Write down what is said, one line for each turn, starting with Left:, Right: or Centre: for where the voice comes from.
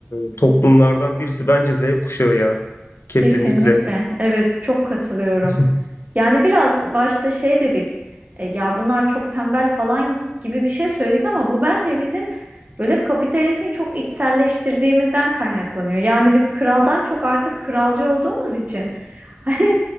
Left: e, toplumlardan birisi bence Z kuşağı ya. Kesinlikle.
Right: Kesinlikle. Evet, çok katılıyorum.
Left: <laughs>
Right: Yani biraz başta şey dedik. e, ya bunlar çok tembel falan gibi bir şey söyledik ama bu bence bizim böyle kapitalizmi çok içselleştirdiğimizden kaynaklanıyor. Yani biz kraldan çok artık kralcı olduğumuz için <laughs> hani